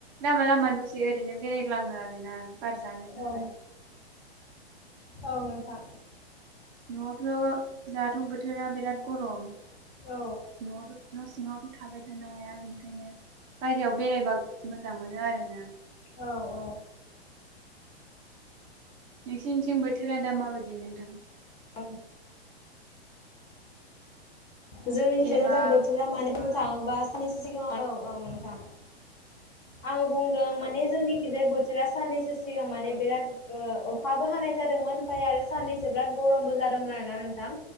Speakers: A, on the right (about 20°); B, on the left (about 25°).
A: लामा लामा दसे ओरैनो बेरायग्लाङो आरोना। बार जानो
B: औ
A: थाखाय‌।
B: औ नोंथां।
A: नआवथ दाथ बोथोरा बिराद गरम।
B: औ
A: न सिङाव थाबाय थानो हाया बेनिखायनो बायहेरायाव बेरायबा मोजां मोनो आरो ना।
B: औ औ
A: नोंसिनिथिं बोथोरा दा माबायदि नोंथां?
B: औ जोंनि
A: जेनेबा
B: थिंजाय दा बोथोरा माने
A: अखा
B: बुंनो थाङोबा स्निसो सिगाङाव औ औ नोंथां। आङो बुंदों
A: औ
B: माने जोंनिखिजाय बोथोरा साननैसो सिगां माने
A: औ
B: बिराद ओ खाबो हानाय जादोंमोन ओमफाय आरो साननैसो बिराद गरमबो जादोंमोन आरोना नोंथां